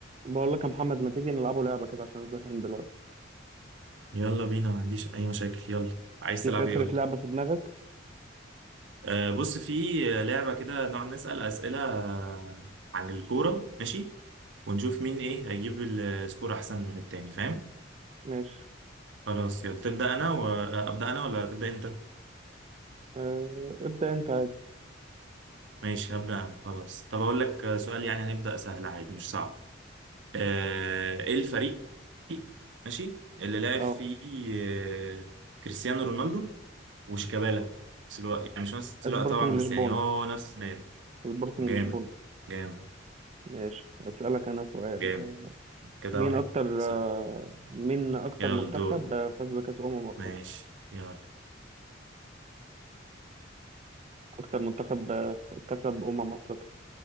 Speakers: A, on the right; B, on the right.
A: بقول لك يا محمد ما تيجي نلعبوا لعبة كده عشان زهقان دلوقتي
B: يلا بينا ما عنديش اي مشاكل يلا عايز
A: في
B: تلعب
A: فكرة
B: ايه قول لي
A: لعبة في دماغك
B: آه بص في لعبه كده نقعد نسال اسئله آه، عن الكوره ماشي ونشوف مين ايه هيجيب السكور احسن من التاني فاهم
A: ماشي
B: خلاص يلا تبدا انا وابدا انا ولا تبدا انت
A: أه ابدأ انت عادي
B: ماشي هبدا انا خلاص طب اقول لك سؤال يعني هنبدا سهل عادي مش صعب آه ايه الفريق ماشي اللي لعب
A: اه
B: فيه آه، كريستيانو رونالدو وشيكابالا في نفس الوقت يعني مش نفس الوقت
A: سبورتنج
B: طبعا
A: لشبونة
B: بس يعني هو نفس النادي
A: سبورتنج
B: جامد
A: لشبونة
B: جامد
A: ماشي أسألك أنا سؤال
B: جامد
A: آه،
B: كده
A: مين
B: واحد
A: أكتر
B: صفر
A: آه، مين أكتر
B: يلا
A: منتخب
B: دور
A: آه، فاز بكأس أمم أفريقيا
B: ماشي يلا
A: أكتر منتخب آه، كسب أمم أفريقيا